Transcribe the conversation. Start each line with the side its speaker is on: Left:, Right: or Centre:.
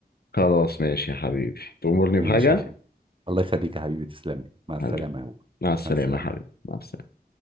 Left: خلاص ماشي يا حبيبي تأمرني
Right: ماشي
Left: بحاجة
Right: يا حبيبي الله يخليك يا حبيبي تسلم لي مع السلامة
Left: حبيبي
Right: يا هو
Left: مع السلامة
Right: مع السلامة
Left: يا حبيبي مع السلامة